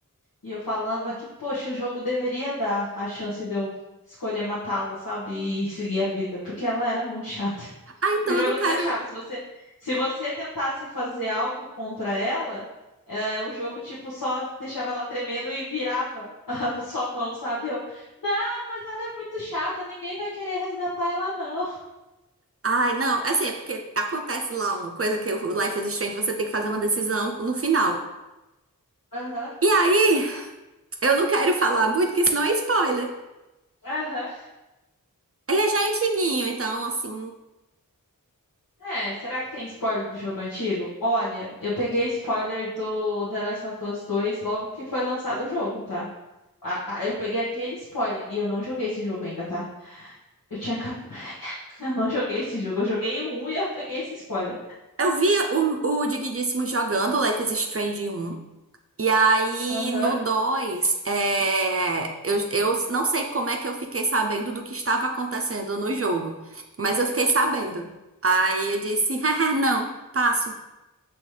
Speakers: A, on the left; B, on the right.
A: E eu falava que, poxa, o jogo deveria dar a chance de eu escolher matá-la, sabe? E seguir a vida, porque ela era muito chata.
B: Ah, então
A: E O jogo
B: eu não quero.
A: não deixava. Se você, se você tentasse fazer algo contra ela, eh, o jogo, tipo, só deixava ela tremendo e virava <laughs> a sua mão, sabe? Eu, não, mas ela é muito chata, ninguém vai querer resgatar ela, não.
B: Ai, não, assim, é porque acontece lá uma coisa que o Life is Strange, você tem que fazer uma decisão no final.
A: Aham.
B: E aí, eu não quero falar muito, porque senão é spoiler.
A: Aham.
B: Ele é já antiguinho, então, assim.
A: É, será que tem spoiler do jogo antigo? Olha, eu peguei spoiler do The Last of Us 2 logo que foi lançado o jogo, tá? a- a- eu peguei aquele spoiler e eu não joguei esse jogo ainda, tá? Eu tinha acab... <laughs> Eu não joguei esse jogo. Eu joguei o um e eu peguei esse spoiler.
B: Eu vi o, o Digníssimo jogando Life is Strange um E aí,
A: Aham.
B: no 2 é, eu, eu não sei como é que eu fiquei sabendo do que estava acontecendo no jogo, mas eu fiquei sabendo. Aí eu disse: <laughs> ah, não, passo.